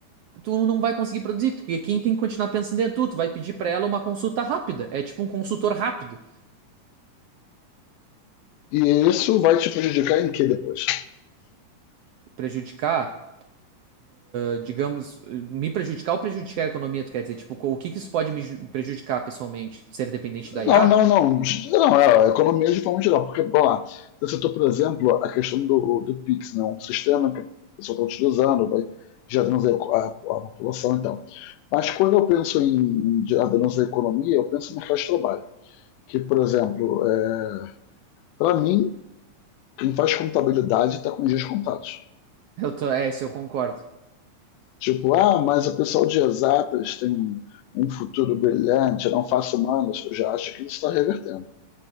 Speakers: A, on the right; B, on the left.
A: tu não vai conseguir produzir, porque quem tem que continuar pensando é tu, tu vai pedir pra ela uma consulta rápida, é tipo um consultor rápido,
B: E isso vai te prejudicar em que depois?
A: prejudicar, eh, digamos, eh, me prejudicar ou prejudicar a economia, tu quer dizer, tipo, o que que isso pode me ju- prejudicar pessoalmente? Ser dependente da
B: Não,
A: IA?
B: não, não. Não, é a economia de forma geral. Porque, bom lá, você citou, por exemplo, a questão do, do Pix, né? um sistema que a pessoa está utilizando, vai gerando a, a, a população e tal. Mas quando eu penso em gerando a economia, eu penso no mercado de trabalho. Que, por exemplo, é, para mim, quem faz contabilidade está com os dias contados.
A: Eu tô, é, isso eu concordo.
B: Tipo, ah, mas o pessoal de exatas tem um, um futuro brilhante, eu não faço humanas. Eu já acho que isso está revertendo.